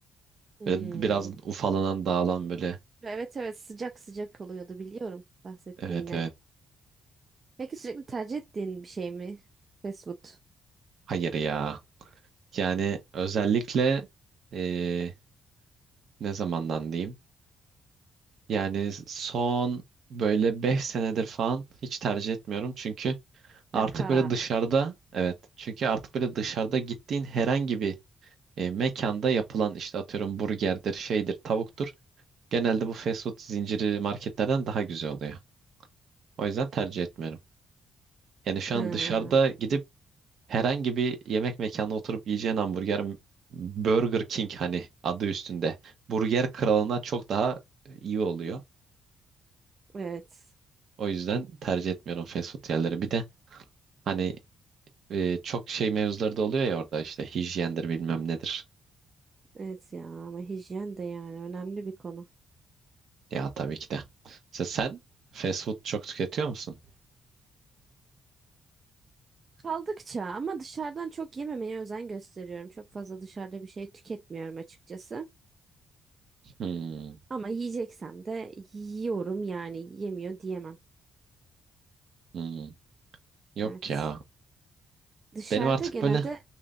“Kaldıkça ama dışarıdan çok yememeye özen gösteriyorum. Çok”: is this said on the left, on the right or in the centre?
Right